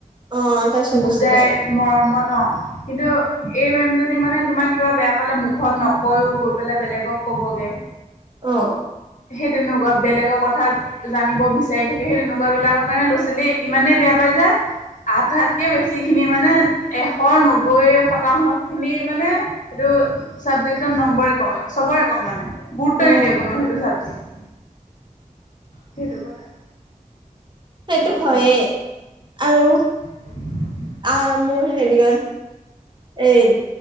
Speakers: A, on the right; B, on the left.
A: অ তাৰপিছত
B: বুজাই
A: গুচি যায়
B: মৰমত। অ', কিন্তু এই মেম জনী মানে তোমাক কিবা বেয়া পালে মুখত নকয়েও গৈ পেলাই বেলেগক ক'বগে
A: অ
B: সেই তেনেকুৱা বেলেগৰ কথা জানিব বিচাৰি থাকে, সেই তেনেকুৱা বিলাকৰ কাৰণে ল'ৰা ছোৱালী ইমানেই বেয়া পায় যে আধাতকে বেছি খিনি মানে এশ নব্বৈ শতাংশ খিনি মানে সেইটো চাবজেক্টৰ নম্বৰে ক'ম চবৰে কম মানে গুৰুত্ব
A: অ
B: নিদিয়ে কোনো সেইটো চাবজেক্ট। সেইটো কথা।
A: সেইটো হয়ে আৰু
B: উ <unintelligible>
A: আ মোৰ হেৰি কাৰত <unintelligible> এই